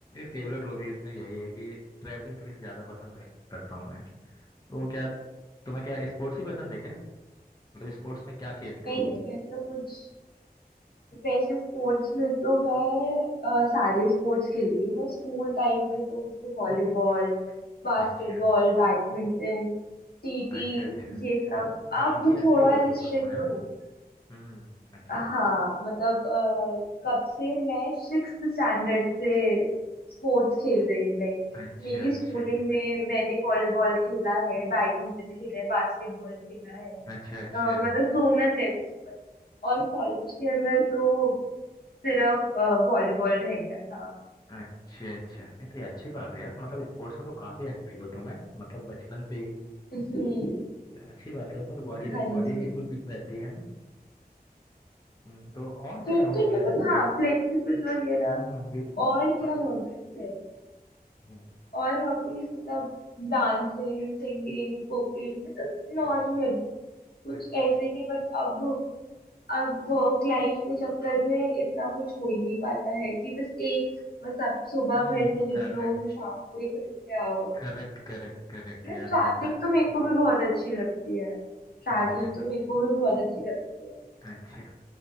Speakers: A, on the left; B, on the left.
A: फेवरेट हॉबीज में यही है कि ट्रैवलिंग थोड़ी सी ज़्यादा पसंद है- करता हूँ मैं तो क्या तुम्हें क्या स्पोर्ट्स ही पसंद है क्या मतलब स्पोर्ट्स में क्या खेलते
B: नहीं
A: हो
B: नहीं ऐसा कुछ वैसे स्पोर्ट्स में तो मैं अ, सारे स्पोर्ट्स खेलती हूँ मैं स्कूल टाइम पे तो जैसे वॉलीबॉल बास्केटबॉल
A: अच्छा
B: बैडमिंटन टीटी
A: अच्छा अच्छा
B: ये सब
A: मतलब काफी
B: अब
A: एक्टिव
B: थोड़ा
A: हो
B: रिस्ट्रिक्ट
A: स्पोर्ट्स में है ना
B: हो
A: हम्म अच्छा
B: हाँ मतलब अ, कब से मैं सिक्स स्टैंडर्ड से स्पोर्ट्स खेल रही हूँ लाइक
A: अच्छा
B: मेरी
A: अच्छा
B: स्कूलिंग में मैंने वॉलीबॉल खेला है बैडमिंटन खेला है बास्केटबॉल खेला है अ,
A: अच्छा अच्छा
B: मतलब जोनल लेवल पर और कॉलेज के अंदर तो सिर्फ वॉलीबॉल रह गया था
A: अच्छा अच्छा नहीं तो ये अच्छी बात है यार मतलब स्पोर्ट्स में तो काफी एक्टिव हो तुम्हें मतलब बचपन से ही।
B: हम्म
A: अच्छी बात है इसमें तो बॉडी
B: हाँ
A: बॉडी
B: जी
A: बिल्कुल फिट रहती है ना हम्म, तो और
B: फिर
A: क्या हॉबीज
B: तो मतलब
A: है जैसे
B: हाँ फ्लेक्सिबल वगैरह
A: हम्म हम्म, बिल्कुल
B: और क्या
A: हाँ यार
B: हॉबीज है
A: हम्म
B: और हॉबीज मतलब डांसिंग सिंगिंग कुकिंग मतलब नॉर्मल
A: अच्छा
B: कुछ
A: अच्छा
B: ऐसे
A: अच्छा
B: नहीं बट अब अब वर्क लाइफ के चक्कर में इतना कुछ हो ही नहीं पाता है कि बस एक बस आप सुबह
A: हम्म
B: घर
A: हम्म,
B: से
A: करेक्ट
B: निकलो फिर शाम को ही घर पे आओ
A: करेक्ट करेक्ट करेक्ट
B: बस
A: यार
B: ट्रैवलिंग
A: बढ़ता है
B: तो मेरे
A: हम्म
B: को भी बहुत अच्छी लगती है ट्रैवलिंग
A: अच्छा
B: तो मेरे को भी बहुत अच्छी लगती है
A: अच्छा अच्छा।